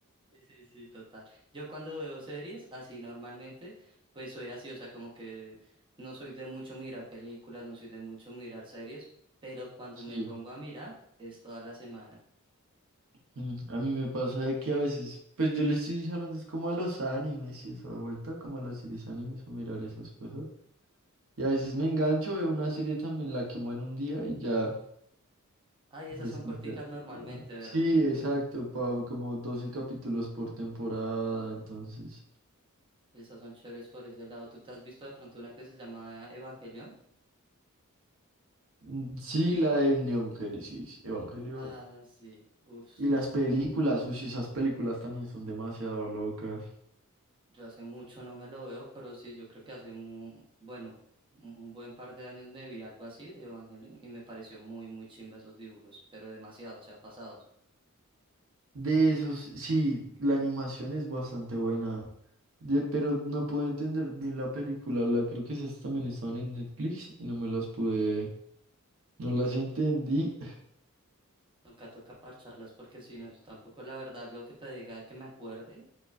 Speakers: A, on the right; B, on the right.
A: Sí, sí, sí, total. Yo cuando veo series, así normalmente, pues soy así, o sea, como que no soy de mucho mirar películas, no soy de mucho mirar series, pero cuando
B: Sí.
A: me pongo a mirar es toda la semana.
B: Mm, A mí me pasa de que a veces, pues yo le estoy hablando es como a los animes y esa vuelta, como a las series animes o mirar esas cosas. Y a veces me engancho, veo una serie también, la quemo en un día y ya.
A: Ay,
B: des-
A: esas son corticas
B: ya-
A: normalmente,
B: la-
A: ¿verdad?
B: Sí, exacto, pa- como 12 capítulos por temporada, entonces.
A: Esas son chéveres por ese lado. ¿Tú te has visto de pronto una que se llama Evangelion?
B: Mm, Sí, la de Neon Genesis Evangelion.
A: Ah, sí, uff.
B: Y las películas, uy, esas películas también son demasiado locas.
A: Yo hace mucho no me lo veo, pero sí, yo creo que hace muy, bueno, un un buen par de años me vi algo así de Evangelion y me pareció muy, muy chimba esos dibujos, pero demasiado, o sea, pasados.
B: De esos, sí, la animación es bastante buena, de, pero no pude entender bien la película, la creo que esas también estaban en Netflix y no me las pude, no las entendí.
A: Toca, toca parcharlas porque si no, yo tampoco la verdad lo que te diga que me acuerde,